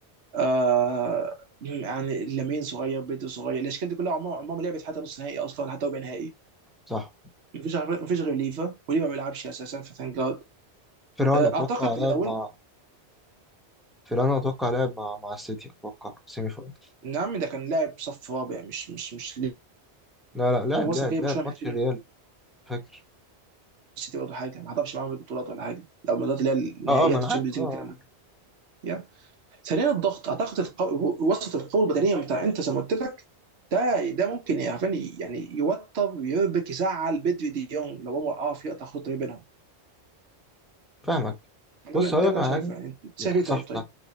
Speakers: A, on the right; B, in the centre.
A: آه يعني لامين صغير بيدري صغير الاشكال دي كلها عمرها عمرها ما لعبت حتى نص نهائي اصلا حتى ربع نهائي
B: صح
A: مفيش عارف مفيش غير ليفا وليفا ما بيلعبش اساسا فتانك جارد
B: فيران
A: آه،
B: اتوقع
A: اعتقد
B: لعب
A: لو
B: مع فيران اتوقع لعب مع مع السيتي اتوقع سيمي فاينل
A: نعم ده كان لاعب صف رابع مش مش مش
B: لا لا لعب
A: لانه مثلا
B: لعب
A: جاي
B: لعب
A: برشلونه
B: ماتش
A: من 2000
B: الريال فاكر
A: السيتي برضه حاجه ما حضرش معاهم البطولات ولا حاجه لو البطولات اللي هي النهائيات
B: اه اه ما انا
A: الشامبيونز
B: عارف اه
A: ليج
B: آه.
A: والكلام ده يا ثانيا الضغط اعتقد القو... وسط القوه البدنيه بتاع انت زي ما قلت لك ده ده ممكن يعني يعني يوتر يربك يزعل بدري دي يونج لو هو عارف يقطع خط ما بينهم
B: فاهمك
A: ده
B: بص
A: اللي ده
B: هقول
A: اللي
B: لك
A: انا
B: على
A: شايفه
B: حاجه
A: يعني انت
B: يا-
A: شايف ايه
B: صح
A: طيب طيب
B: صح